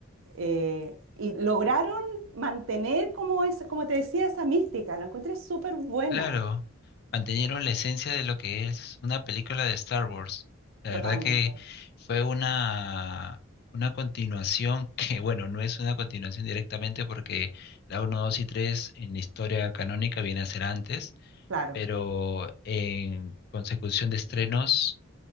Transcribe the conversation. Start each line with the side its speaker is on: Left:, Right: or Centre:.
Right: Eh, y lograron mantener, como, es, como te decía, esa mística. La encontré súper buena.
Left: Claro, mantenieron la esencia de lo que es una película de Star Wars. La
Right: Totalmente.
Left: verdad que fue una, una continuación <laughs> que, bueno, no es una continuación directamente porque la uno 2 y 3 en la historia canónica viene a ser antes,
Right: Claro.
Left: pero en consecución de estrenos